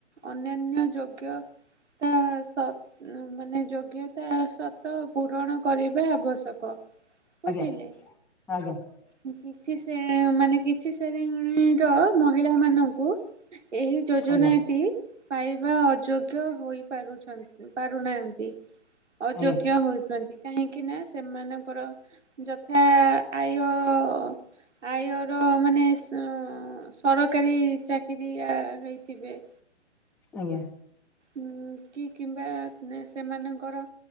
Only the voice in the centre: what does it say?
ଆଜ୍ଞା ଆଜ୍ଞା।
ଆଜ୍ଞା ଆଜ୍ଞା
ଆଜ୍ଞା
ଆଜ୍ଞା।